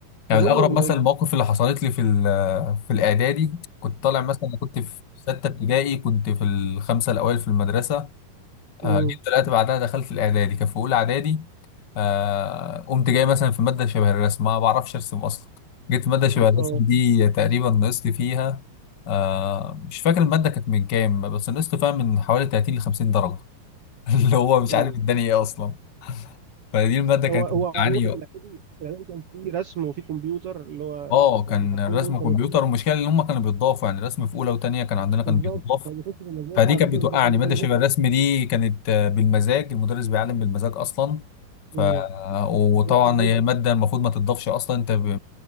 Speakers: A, on the left; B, on the right.
A: يعني
B: اظن
A: الأغرب
B: ال
A: مثلا
B: ال-
A: المواقف اللي حصلت لي في ال- في الإعدادي كنت طالع مثلا كنت في ستة ابتدائي كنت في الخمسة الأوائل في المدرسة
B: مم.
A: آه، جيت طلعت بعدها دخلت الإعدادي كان في أولى إعدادي آه، قمت جاي مثلا في مادة شبه الرسم ما بعرفش أرسم أصلا جيت في مادة شبه
B: اه
A: الرسم دي تقريبا نقصت فيها آه، مش فاكر المادة كانت من كام بس نقصت فيها من حوالي 30 ل 50 درجة <laughs> اللي هو مش
B: مم.
A: عارف الدنيا إيه أصلا فدي المادة كانت
B: هو هو
A: بتعاني
B: عموما الاعدادي الاعدادي كان فيه رسم وفيه كمبيوتر اللي هو
A: اه كان
B: الحاجتين
A: رسم
B: دول كانوا
A: كمبيوتر
B: فيه
A: والمشكله ان هم كانوا بيتضافوا يعني رسم في اولى وثانيه كان عندنا كان
B: بالظبط
A: بيتضاف
B: فبيخش في المجموع
A: فدي
B: انا
A: كانت
B: فاكر
A: بتوقعني
B: الفتره دي
A: ماده
B: كنا بناخد
A: شبه الرسم دي
B: كمبيوتر
A: كانت آه، بالمزاج المدرس بيعلم بالمزاج اصلا ف
B: مم.
A: وطبعا
B: بس بس-
A: هي ماده المفروض ما تتضافش اصلا انت ب...